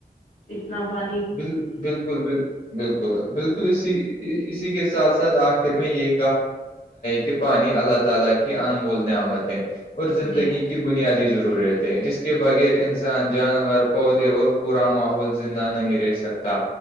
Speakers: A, on the left; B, on the left.
A: اتنا پا
B: ب بالکل بل بالکل بالکل اسی اسی کے ساتھ ساتھ آخر میں یہ کے پانی اللہ تعالی کی انمول نعمت ہے اور زندگی
A: جی
B: کی بنیادی ضرورت ہے اس کے بغیر انسان جانور پودے اور پورا ماحول زندہ نہیں رہ سکتا